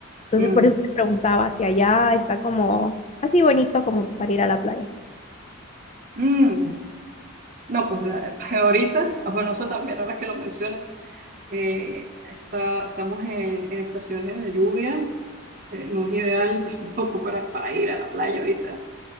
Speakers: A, on the left; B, on the right.
A: Entonces
B: Mm,
A: por eso te preguntaba si allá está como así bonito como para ir a la playa.
B: mm. No, pues eh, <laughs> ahorita, ah, bueno, eso también, ahora que lo mencionas, eh, está, estamos en, en estaciones de lluvia, eh, no es ideal <laughs> tampoco para, para ir a la playa ahorita.